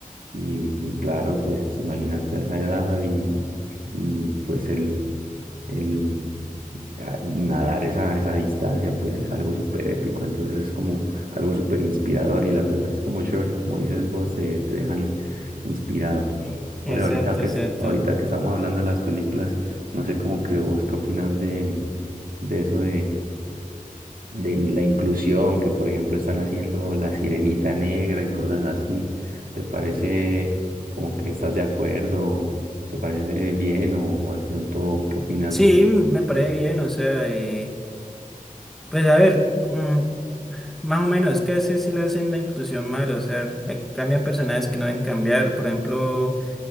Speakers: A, on the right; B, in the centre.
A: Y, y claro, pues imagínate a esa edad y, y pues el, el a- nadar esa, esa distancia, pues es algo súper épico, entonces es como algo súper inspirador y la verdad es como chévere, como dices vos, eh, te dejan inspirado.
B: Exacto,
A: Oye, ahorita que,
B: exacto.
A: es- ahorita que estamos hablando de las películas, no sé como que vos qué opinas de, de eso de la inclusión que, por ejemplo, están haciendo la sirenita negra y cosas así. ¿Te parece como que estás de acuerdo? ¿Te parece bien o, o de pronto qué opinas
B: Sí,
A: de eso?
B: me parece bien, o sea, eh, pues a ver. mm, Más o menos, es que a veces sí le hacen la inclusión mal, o sea, hay- cambian personajes que no deben cambiar, por ejemplo,